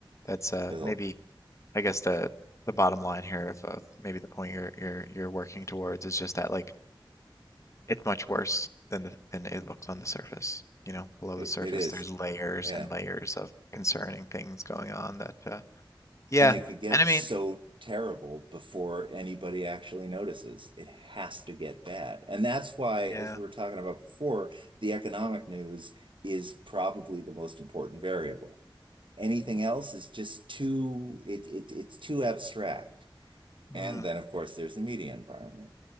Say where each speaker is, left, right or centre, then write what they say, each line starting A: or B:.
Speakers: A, on the left; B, on the right.
A: That's uh
B: it'll-
A: maybe I guess the the bottom line here of, of maybe the point you're you're you're working towards is just that like it's much worse than the, than it looks on the surface. You know, below
B: it,
A: the surface
B: it is.
A: there's layers
B: Yeah.
A: and layers of concerning things going on that uh yeah.
B: And it could get
A: And I mean,
B: so terrible before anybody actually notices. It has to get bad. And that's why,
A: yeah.
B: as we were talking about before, the economic news is probably the most important variable. Anything
A: Mm,
B: else is just too, it, it, it's too abstract.
A: mm,
B: And then, of course, there's the media environment.